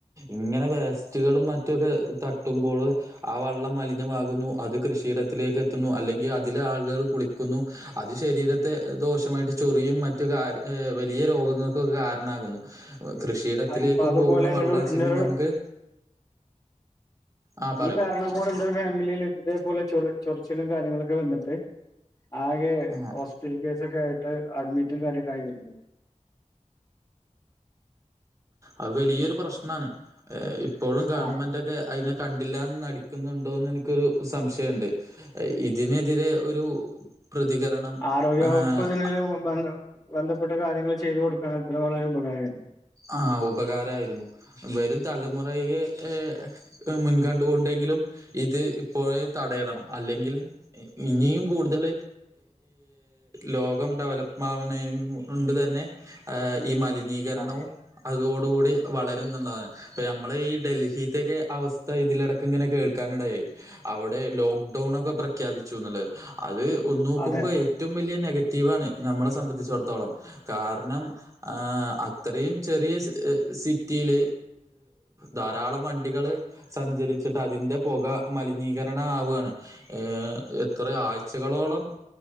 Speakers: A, on the right; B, on the left.
A: ഇങ്ങനെ വേസ്റ്റുകളും മറ്റാെക്കെ തട്ടുമ്പോള് ആ വള്ളം മലിനമാകുന്നു അത് കൃഷിയിടത്തിലേക്ക് എത്തുന്നു അല്ലെങ്കിൽ അതിൽ ആൾകൾ കുളിക്കുന്നു അത് ശരീര ദോഷമായിട്ട് ചൊറിയും മറ്റു കാര്യ വലിയ രോഗങ്ങൾക്കൊക്കെ കാരണാകുന്നു കൃഷിയിടത്തിലേക്ക്
B: ഇപ്പൊ അതുപോലെ
A: പോകുന്ന
B: എന്റെ
A: വെള്ളാച്ചെങ്കി
B: ഒരു എന്റെ ഒരു
A: നമുക്ക് ആഹ് പറയൂ
B: ഈ പറഞ്ഞപോലെ ന്റെ ഒരു ഫാമിലിയിൽ ഇതേപോലെ ചൊ ചൊറിച്ചിലും കാര്യങ്ങളൊക്കെ വന്നിട്ട് ആകെ
A: ആഹ്
B: ഹോസ്പിറ്റൽ കേസൊക്കെ ആയി അഡ്മിറ്റ കാര്യൊക്കയണ്ട്
A: അത് വലിയൊരു പ്രശ്നമാണ് ഇപ്പോഴും ഗവൺമെന്റൊക്കെ
B: ആ
A: അതിനൊക്കെ കണ്ടില്ലന്ന് നടിക്കുന്നുണ്ടോന്ന് എനിക്കൊരു സംശയമുണ്ട് ഇതിനെതിരെ ഒരു പ്രതികരണം
B: ആരോഗ്യ
A: ഏഹ്
B: ഉപ്പതിില വ ഇപ്പെട്ട കാര്യങ്ങൾ ചെയ്ത് കൊടുക്കാൻ അത്ര വളരെ ഉപകാരമാണ്
A: ആ ഉപകാരമായിരുന്നു വരും തലമുറയെ ഏ മുൻകണ്ടുക കൊണ്ടെങ്കിലും ഇത് ഇപ്പോൾ തടയടണം അല്ലെങ്കിൽ ഇനിയും കൂടുതൽ ലോകം ഡെവലപ്പ് ആവുന്ന കൊണ്ട് തന്നെ ഈ മലിനീകരണവും
B: ആ
A: അതോടുകൂടി വളരും നുള്ളതാണ് ഇപ്പ നമ്മൾ ഈ ഡൽഹിത്തൊക്കെ അവസ്ഥ ഇതിലിടക്ക ഇങ്ങനെ കേൾക്ക ാനിടയായി അവിടെ ലോക്ക്ഡൗൺൊക്കെ പ്രഖ്യാപിച്ചുുള്ള അത് ഒന്ന നോക്കുമ്പോൾ
B: അതെ
A: ഏറ്റവും വലിയ നെഗറ്റീവാണ് നമ്മളെ സംബന്ധിച്ചിടത്തോളം കാരണം അത്രയും ചെറിയ സിറ്റിയില് ധാരാളം വണ്ടികള് സഞ്ചരിച്ചിട്ട് അതിന് ഇന്റെ പുക മലിനീകരണ ആവുകയാണ് ഏർ എത്ര ആഴ്ചകളോളം